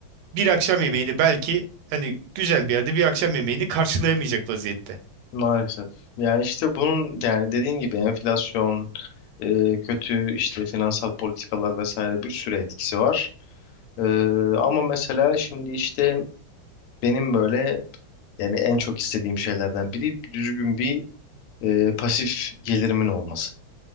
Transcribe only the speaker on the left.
Maalesef. Yani işte bunun yani dediğin gibi enflasyon, e, kötü işte finansal politikalar vesaire bir sürü etkisi var. E, ama mesela şimdi işte benim böyle yani en çok istediğim şeylerden biri düzgün bir e, pasif gelirimin olması.